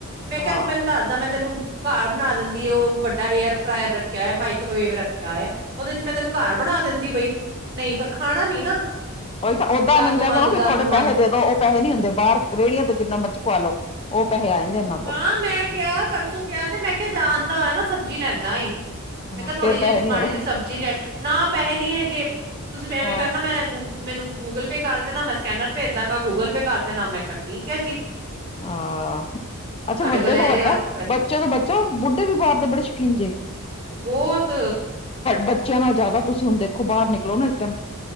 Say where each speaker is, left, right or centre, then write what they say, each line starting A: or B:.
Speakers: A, on the right; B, on the left.
A: ਮੈਂ ਕਿਹਾ
B: ਹਾਂ।
A: ਤੂੰ ਮੈਨੂੰ ਦੱਸਦਾ ਮੈਂ ਤੈਨੂੰ ਘਰ ਬਣਾ ਦਿੰਦੀ ਉਹ ਵੱਡਾ ਏਅਰ ਫਰਾਇਰ ਰੱਖਿਆ ਏ ਮਾਈਕਰੋਵੇਵ ਰੱਖਿਆ ਏ। ਉਹਦੇ ਚ ਮੈਂ ਤੈਨੂੰ ਘਰ ਬਣਾ ਦਿੰਦੀ ਬਈ ਨਹੀਂ। ਪਰ ਖਾਣਾ ਨੀ ਨਾ
B: ਉਹੀ ਤਾਂ ਓਦਾਂ
A: ਗੰਦ
B: ਇਹਨਾਂ ਨੂੰ ਕਹਿ
A: ਮੰਦ
B: ਦੇਣਾ ਕਿ
A: ਗੰਦ
B: ਥੋੜੇ ਪੈਸੇ
A: ਮੰਦ
B: ਦੇ ਦੋ ਉਹ ਪੈੇਹੇ ਨੀ ਹੁੰਦੇ ਬਾਹਰ ਰੇਹੜੀਆਂ ਤੋਂ ਜਿੰਨਾ ਮਰਜੀ ਖਵਾ ਲਓ ਉਹ ਪੈਸੇ ਆ ਜਾਂਦੇ ਇਨਾਂ
A: ਹਾਂ
B: ਕੋਲ
A: ਮੈਂ ਕਿਹਾ ਪਰਸੋਂ ਕਿਹਾ ਤੇ ਮੈਂ ਕਿਹਾ ਜਾ ਆਦਾ ਹੋਇਆ ਨਾ ਸਬਜ਼ੀ ਲੈਂਦਾ ਆਈ। ਮੈਂ
B: ਹਾਂ
A: ਕਿਹਾ ਥੋੜ੍ਹੀ
B: ਫੇਰ
A: ਜਿਹੀ
B: ਪੈਸੇ ਨੀ
A: ਮਾੜੀ
B: ਹੋਣੇ।
A: ਜਿਹੀ ਸਬਜ਼ੀ ਲੈ ਨਾ ਪੈਸੇ ਨੀ ਹੈਗੇ ਤੁਸੀਂ ਐਵੇਂ
B: ਹਾਂ
A: ਕਰਨਾ ਮੈਂ ਮੈਨੂੰ ਗੂਗਲ ਪੇ ਕਰ ਦੇਣਾ ਮੈਂ ਸਕੈਨਰ ਭੇਜ ਦਾਂਗਾ ਗੂਗਲ ਪੇ ਕਰ ਦੇਣਾ ਮੈਂ ਠੀਕ ਹੈ ਜੀ।
B: ਆਹ
A: ਤੁਹਾਡੇ
B: ਅੱਛਾ ਵੱਡੇ
A: ਕੋਲ ਇਹਦੇ
B: ਤੋਂ ਵੱਡਾ,
A: ਵਾਸਤੇ ਪੈਸੇ
B: ਬੱਚੇ
A: ਨੇ
B: ਤੋਂ ਬੱਚਾ, ਬੁੱਢੇ ਵੀ ਬਾਹਰ ਦੇ ਬੜੇ ਸ਼ੌਕੀਨ ਜੇ।
A: ਬਹੁਤ।
B: ਬੱਚਿਆਂ ਨਾਲ ਜ਼ਿਆਦਾ ਤੁਸੀਂ ਹੁਣ ਦੇਖੋ ਬਾਹਰ ਨਿਕਲੋ ਨਾ ਇਸ ਟਾਈਮ